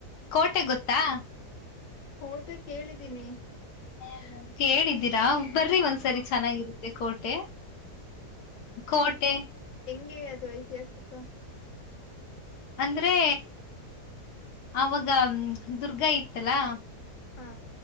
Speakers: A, on the left; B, on the left.
A: ಕೋಟೆ ಗೊತ್ತಾ
B: ಊಟಕ್ಕ ಕೇಳಿದ್ದೀನಿ
A: ಹ್ಮ ಕೇಳಿದ್ದೀರಾ ಬರ್ರಿ ಒಂದ ಸರಿ ಚೆನ್ನಾಗಿರುತ್ತೆ ಕೋಟೆ ಕೋಟೆ
B: ಎಂಗೆ ಅದು ಐತಿಹಾಸಿಕ
A: ಅಂದ್ರೆ ಅವಾಗ ದುರ್ಗಾ ಇತ್ತ ಅಲ್ಲಾ
B: ಹಾ